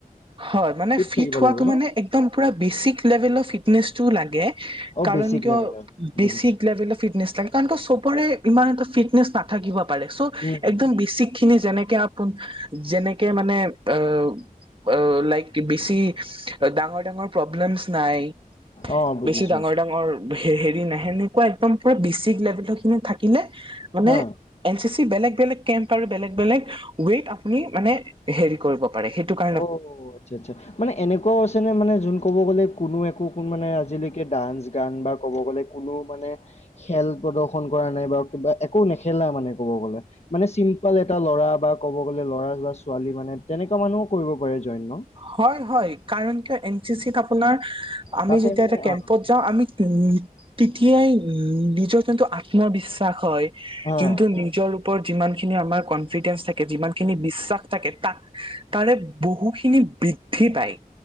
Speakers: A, on the right; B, on the left.
A: হয় মানে ফিট
B: থাকিব
A: হোৱাটো
B: লাগিব ন
A: মানে একদম বেচিক লেভেলৰ ফিটনেচটো লাগে
B: অ
A: কাৰণ
B: বেচিক
A: কিয়
B: লেভেলৰ
A: বেছিক
B: বুজিছো
A: লেভেলৰ ফিটনেছ লাগে কাৰণ কিয় চবৰে ইমান এটা ফিটনেচ নাথাকিব পাৰে চ'
B: উম
A: একদম বেছিক খিনি যেনেকে আপোন যেনেকে মানে আহ লাইক বেছি ডাঙৰ ডাঙৰ প্ৰব্লেমছ নাই
B: অ বুজিছো
A: বেছি ডাঙৰ ডাঙৰ হেৰি নাই সেনেকুৱা এক্দম পুৰা বেচিক লেভেলৰ খিনি থাকিলে মানে
B: হা
A: এন চি চি বেলেগ বেলেগ কেম্প আৰু বেলেগ বেলেগ ৱেইট আপুনি মানে হেৰি কৰিব পাৰে সেইটো কাৰ <unintelligible>
B: অ' আচ্ছা আচ্ছা মানে এনেকুৱাও আছে নে মানে যোন ক'ব গ'লে কোনো একো মানে আজিলৈকে ডান্স গান বা ক'ব গ'লে কোনো মানে খেল প্ৰদৰ্শন কৰা নাই বাাৰু কিবা একো নেখেলা মানে ক'ব গ'লে মানে চিম্পল এটা ল'ৰা বা ক'ব গ'লে ল'ৰা বা ছোৱালী মানে তেনেকুৱা মানুহও কৰিব পাৰে জইন ন
A: হয় হয় কাৰণ কিয় এন চি চি ত আপোনাৰ আমি
B: তাতে
A: যেতিয়া
B: মানে
A: এটা কেম্পত
B: অ
A: যাওঁ আমি উ তেতিয়াই উ নিজৰ যোনটো আত্মবিশ্বাস হয়
B: হা
A: যোনটো নিজৰ ওপৰত যিমানখিনি আমাৰ কনফিডেন্ঞ্চ থাকে যিমান খিনি বিশ্বাস থাকে তাৰে বহুত বহুতখিনি বৃদ্ধি পায়